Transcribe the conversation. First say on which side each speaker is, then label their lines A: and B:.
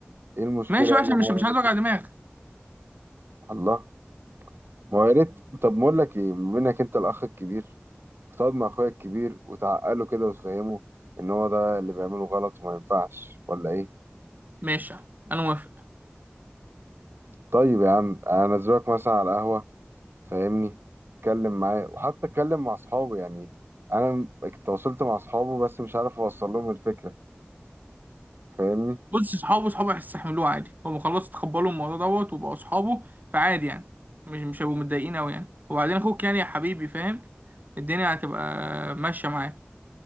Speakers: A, on the right (about 70°); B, on the right (about 45°).
A: ايه المشكلة
B: ماشي بقى
A: يعني
B: عشان
A: لما
B: مش
A: هو
B: مش
A: يعمل
B: عايز اوجع
A: كده
B: دماغ
A: الله ما هو يا ريت طب ما اقول لك ايه بما انك انت الاخ الكبير تقعد مع اخويا الكبير وتعقله كده وتفهمه ان هو ده اللي بيعمله غلط وما ينفعش ولا ايه
B: ماشي انا موافق
A: طيب يا عم انزلك مثلا على قهوة فاهمني اتكلم معاه وحتى اتكلم مع اصحابه يعني انا تواصلت مع اصحابه بس مش عارف اوصل لهم الفكره فاهمني
B: بص صحابه صحابه هيستحملوه عادي هم خلاص تقبلوا الموضوع دوت وبقوا صحابه فعادي يعني مش مش هيبقوا متضايقين قوي يعني وبعدين اخوك يعني يا حبيبي فاهم الدنيا هتبقى ماشيه معاه